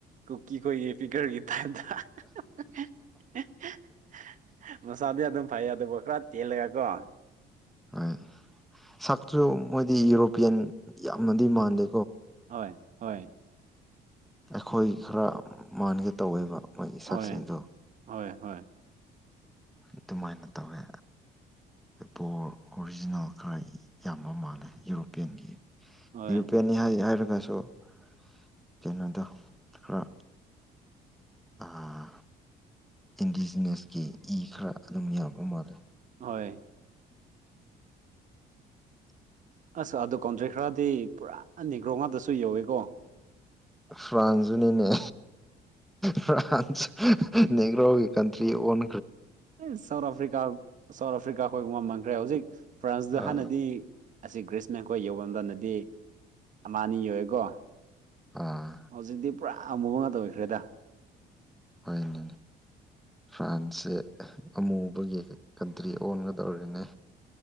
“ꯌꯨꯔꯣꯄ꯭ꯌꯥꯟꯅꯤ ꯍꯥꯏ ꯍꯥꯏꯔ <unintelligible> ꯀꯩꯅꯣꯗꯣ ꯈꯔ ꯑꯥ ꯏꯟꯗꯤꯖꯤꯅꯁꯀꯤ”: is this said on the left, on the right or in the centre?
Centre